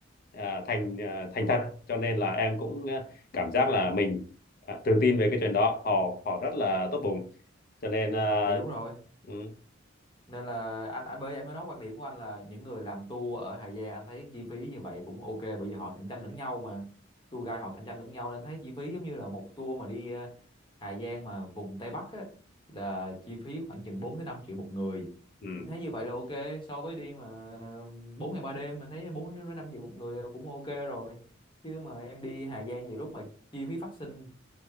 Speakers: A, on the left; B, on the left.
A: ờ, thành ờ, thành thật cho nên là em cũng ờ, cảm giác là mình ờ, tự tin về cái chuyện đó họ họ rất là tốt bụng cho nên ờ,
B: thì đúng rồi
A: ừ,
B: nên là anh anh mới anh mới nói quan điểm của anh là những người làm tour ở Hà Giang anh thấy chi phí như vậy cũng ok bởi vì họ cạnh tranh lẫn nhau mà tour guide họ cạnh tranh lẫn nhau nên thấy chi phí giống như là một tour mà đi ờ, Hà Giang mà vùng Tây Bắc á là chi phí khoảng chừng 4 đến 5 triệu một người
A: ừ,
B: thì anh thấy như vậy là ok so với đi mà ờ, bốn ngày ba đêm mình thấy 4 đến 5 triệu một người là cũng ok rồi chứ mà em đi Hà Giang nhiều lúc mà chi phí phát sinh